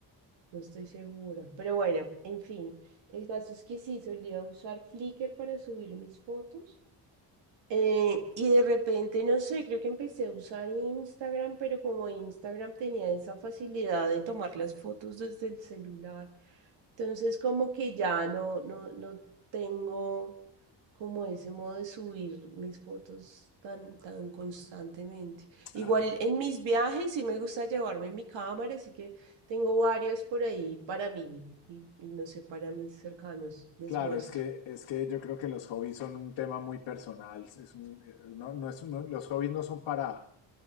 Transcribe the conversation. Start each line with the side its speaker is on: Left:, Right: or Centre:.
Right: No estoy segura. Pero bueno, en fin. El caso es que sí, solía usar Flickr para subir mis fotos. Eh, y de repente, no sé, creo que empecé a usar Instagram, pero como Instagram tenía esa facilidad de tomar las fotos desde el celular, entonces como que ya no, no, no tengo como ese modo de subir mis fotos tan, tan constantemente. Igual
Left: Ah,
Right: en mis viajes sí me gusta llevarme mi cámara, así que tengo varias por ahí para mí y, y no sé, para mis cercanos, les
Left: Claro,
Right: muestro.
Left: es que, es que yo creo que los hobbies son un tema muy personal. Es un- eh, no, no es uno- los hobbies no son para,